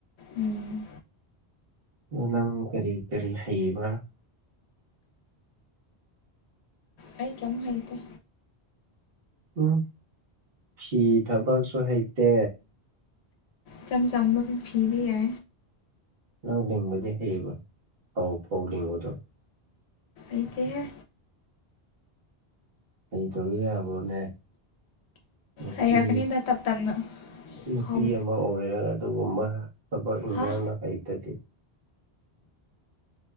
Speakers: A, on the left (about 80°); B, on the right (about 60°).
A: ꯎꯝ
B: ꯑ ꯅꯪ ꯀꯔꯤ ꯀꯔꯤ ꯍꯩꯕ
A: ꯑꯩ ꯀꯃꯩꯗꯤ
B: ꯎꯝ ꯐꯤ ꯊꯕꯛꯁꯨ ꯍꯩꯇꯦ
A: ꯆꯝꯆꯝꯝꯕ ꯐꯤꯔ ꯌꯥ
B: ꯅꯪ ꯂꯤꯡꯕꯗꯤ ꯍꯩꯕ ꯐꯥꯎ ꯐꯥꯎ ꯂꯤꯡꯕꯗꯣ
A: ꯑꯗꯤꯍ
B: ꯑꯩ ꯇꯧꯋ ꯌꯥꯕꯣꯅꯦ ꯅꯨꯄꯤ
A: ꯍꯩꯔꯛꯀꯅꯤꯗ ꯇꯞ ꯇꯞꯅ
B: ꯅꯨꯄꯤ
A: ꯍꯧ
B: ꯑꯃ ꯑꯣꯏꯔꯒ ꯑꯗꯨꯒꯨꯝꯕ ꯑ ꯏꯪꯂꯗ
A: ꯍꯥ
B: ꯀꯩꯇꯇ